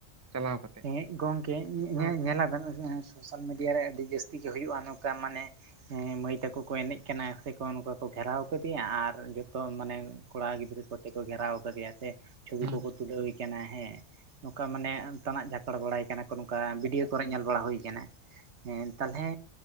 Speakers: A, on the right; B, on the right.
A: ᱪᱟᱞᱟᱣ ᱠᱟᱛᱮ
B: ᱮᱸ ᱦᱮᱸ ᱜᱚᱝᱠᱮ
A: ᱦᱩᱸ
B: ᱧᱮ ᱧᱮᱞᱟᱵᱮᱱ ᱥᱳᱥᱟᱞ ᱢᱤᱰᱤᱭᱟ ᱨᱮ ᱟᱹᱰᱤ ᱡᱟᱹᱥᱛᱤ ᱜᱮ ᱦᱩᱭᱩᱜᱼᱟ ᱱᱚᱠᱟ ᱢᱟᱱᱮ ᱦᱮᱸ ᱢᱟᱹᱭ ᱛᱟᱠᱚ ᱠᱚ ᱮᱱᱮᱡ ᱠᱟᱱᱟ ᱥᱮᱠᱚ ᱱᱚᱠᱟ ᱠᱚ ᱜᱷᱮᱨᱟᱣ ᱠᱟᱹᱫᱮᱭᱟ ᱟᱨ ᱡᱚᱛᱚ ᱢᱟᱱᱮ ᱠᱚᱲᱟ ᱜᱤᱫᱽᱨᱟᱹ ᱠᱚᱛᱮ ᱠᱚ ᱜᱷᱮᱨᱟᱣ ᱠᱟᱫᱮᱭᱟ ᱥᱮ ᱪᱷᱚᱵᱤ
A: ᱦᱩᱸ
B: ᱠᱚᱠᱚ ᱛᱩᱞᱟᱹᱣ ᱤ ᱠᱟᱱᱟ ᱦᱮᱸ ᱱᱚᱠᱟ ᱢᱟᱱᱮ ᱛᱟᱱᱟᱜ ᱡᱷᱟᱯᱟᱲ ᱵᱟᱲᱟᱭ ᱠᱟᱱᱟ ᱠᱚ ᱱᱚᱠᱟ ᱵᱷᱤᱰᱭᱳ ᱠᱚᱨᱮ ᱧᱮᱞ ᱵᱟᱲᱟ ᱦᱩᱭ ᱠᱟᱱᱟ᱾ ᱦᱮᱸ ᱛᱟᱞᱦᱮ